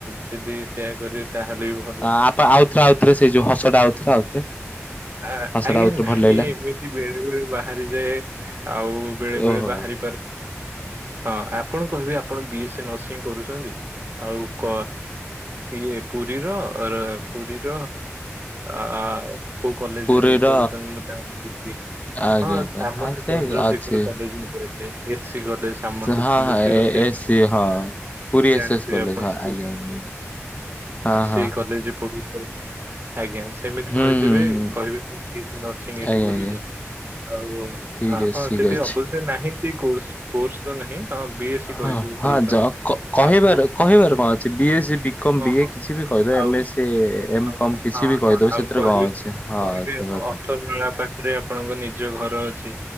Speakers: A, on the right; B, on the left.
A: ଯଦି ସେୟା କରିବେ ତାହେଲେ ବି ଭଲ।
B: ଆପ ଆଉଥରେ ଆଉଥରେ ସେଇ ଯୋଉ ହସଟା ଆଉଥରେ ଆଉଥରେ।
A: ଆ
B: ହସଟା
A: ଆଜ୍ଞା
B: ଆଉଥରେ
A: ନାଇଁ
B: ଭଲ ଲାଗିଲା
A: ଏମିତି ବେଳେ ବେଳେ ବାହାରିଯାଏ ଆଉ ବେଳେ ବେଳେ
B: ଓହୋ।
A: ବାହାରି? ହଁ ଆପଣ କହିବେ ଆପଣ ବି ଏସ ସି ନର୍ସ କରୁଛନ୍ତି ଆଉ କ ଇଏ ପୁରୀର ର ପୁରୀର ଆ କୋଉ କଲେଜ
B: ପୁରୀର
A: ପଢୁଛନ୍ତି ମୁଁ
B: ଆଜ୍ଞା
A: ହଁ
B: ଆଜ୍ଞା
A: ସାମନ୍ତ
B: ହଁ ସେ
A: ଚନ୍ଦ୍ରଶେଖର
B: ଅଛି।
A: କଲେଜ ଗୋଟେ ଅଛି। ଏ ସି ଗଲେ ସାମନ୍ତ
B: ହଁ
A: ଚନ୍ଦ୍ରଶେଖର
B: ହଁ ଏ
A: ସେ
B: ଏସି ହଁ। ପୁରୀ ଏସ୍
A: ଜାଣିଥିବେ
B: ଏସ୍ କଲେଜ
A: ଆପଣ
B: ହଁ
A: ସେ
B: ଆଜ୍ଞା ଆଜ୍ଞା। ହଁ
A: ସେଇ
B: ହଁ
A: କଲେଜ ପଢୁଥିବା। ଆଜ୍ଞା। ସେମିତି
B: ହୁଁ
A: କହିଦେବେ
B: ହୁଁ ହୁଁ
A: କହିବେ ମୁଁ ନର୍ସିଂ ଏଇଠି
B: ଆଜ୍ଞା
A: କରୁଛି।
B: ଆଜ୍ଞା
A: ଆଉ
B: ଠିକ୍
A: ହଁ
B: ଅଛି
A: ହଁ
B: ଠିକ୍
A: ସେଠି
B: ଅଛି।
A: ଅବ୍ ନାହିଁ ସେ କୋସ କୋର୍ସ ତ ନାହିଁ କଣ ବି ଏସ୍ ସି
B: ହଁ
A: କହିଥିବେ
B: ହଁ
A: କରୁଛନ୍ତି।
B: ଯ କହିବାର
A: ଆଉ ପୁଣି
B: କହିବାର କଣ ଅଛି? ବି ଏସ୍ ସି, ବି କମ୍,
A: ହଁ
B: ବିଏ
A: ହଁ
B: କିଛି ବି କହିଦେ
A: ଆଉ
B: ଏମଏ, ଏମ
A: ହଁ
B: କମ୍। କିଛି
A: ହଁ
B: ବି କହିଦବ
A: ହଁ ଆଉ
B: ସେଥିରେ
A: କହିବି
B: କଣ ଅଛି ହଁ
A: କହିବି
B: ସେ କଥା।
A: ଅଠର ନଳା ପା ରେ ଆପଣଙ୍କ ନିଜ ଘର ଅଛି।